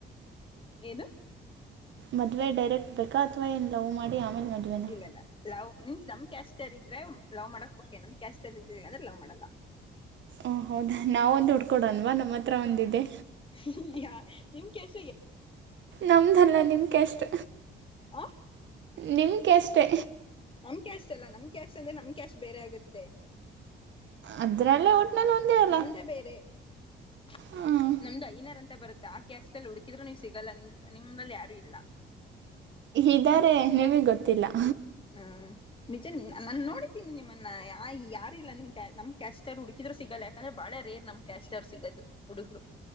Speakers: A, on the left; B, on the right.
A: ಏನು
B: ಮದ್ವೆ ಡೈರೆಕ್ಟ್ ಬೇಕಾ ಅಥವಾ ಏನ್ ಲವ್ ಮಾಡಿ ಆಮೇಲೆ ಮದುವೆನಾ
A: ಇಲ್ಲಲ್ಲ ಲವ್ ಮೀನ್ಸ್ ನಮ್ ಕ್ಯಾಸ್ಟರ್ ಇದ್ರೆ ಲವ್ ಮಾಡಕ್ ಓಕೆ ನಮ್ ಕ್ಯಾಸ್ಟರ್ ಇದ್ರೆರೆ ಲವ್ ಮಾಡಲ್ಲ
B: ಓ ಹೌದಾ ನಾವೊಂದು ಹುಡ್ಕೊಡಲ್ವಾ ನಮ್ಮ ಹತ್ರ ಒಂದಿದೆ
A: ಈಗ ನಿಮ್ ಕೆಸ
B: ನಮ್ದಲ್ಲ ನಿಮ್ಗೆ ಕ್ಯಾಸ್ಟ್
A: ಆ
B: ನಿಮಕ ಅಷ್ಟೆ
A: ನಮ್ ಟೆಸ್ಟ್ ಅಲ್ಲ ನಮ್ ಕ್ಯಾಶ್ ಅಂದ್ರೆ ನಮ್ ಕ್ಯಾಶ್ ಬೇರೆ ಆಗುತ್ತೆ
B: ಅದ್ರಲ್ಲೇ ಒಟ್ನಲ್ಲಿ ಒಂದೇ ಅಲ್ಲ
A: ನಮ್ದೇ <unintelligible>
B: ಹಾಂ
A: <inaudible> ನಮ್ದು ಐನಾರ ಅಂತ ಬರುತ್ತೆ ಆ ಕ್ಯಾಸ್ ಅಲ್ಲಿ ಹುಡುಕಿದ್ರು ನೀವುಸಿಗಲ್ಲ ನಿಮ್ ನಿಮ್ನಲ್ಲಿ ಯಾರು ಇಲ್ಲ
B: ಇದಾರೆ ನಿಮಗೆಗ್ ಗೊತ್ತಿಲ್ಲ
A: ಹ್ಮ ನಿಜ ನಾನನ್ ನೋಡಿದ್ದೀನಿ ನಿಮ್ಮನ್ನ ಯ ಯಾರ ಇಲ್ಲ ನಿಮ್ ನಮ್ ಕಷ್ಟರ್ ಹುಡ್ಕಿ ಇದರು ಸಿಗಲ್ಲ ಯಾಕಂದ್ರೆ ಬಾಳ ರೇರ್ ನಮ್ ಕ್ಯಾಸ್ಟರ್ ಸಿಗೋದು ಹುಡುಗರು